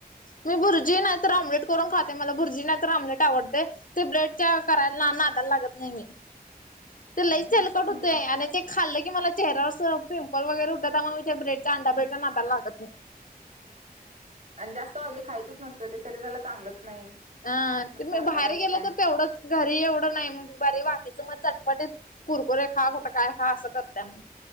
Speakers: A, on the left (about 55°); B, on the right (about 50°).
A: मी भुर्जी नाहीत तर ऑमलेट करून खाते मला भुर्जी नाही तर ऑमलेट आवडते ते ब्रेडच्या. करायला ना नाला लागत नाही मी तर लईचलकट
B: नाही आमच्यात
A: होते
B: मुलं
A: आणि खाल्लं की म चेहऱ्यावर पिंपल वगैेठत त्या म बेडचा अंा ब्रेडला नााला लागत नाही.
B: हम्म आणि जास्त ऑइले खायचंच नसतं ते शरीराला चांगलंच नाही.
A: ह
B: म्हटल्यावर
A: ते मी बाहेर
B: करायचं
A: गेलं
B: काय
A: तर तेवढंच. घरी एवढं नाही मग बर बाकीचं मग चटपटीत कुरकुरे खा कुठं काय खा असं करतय मग.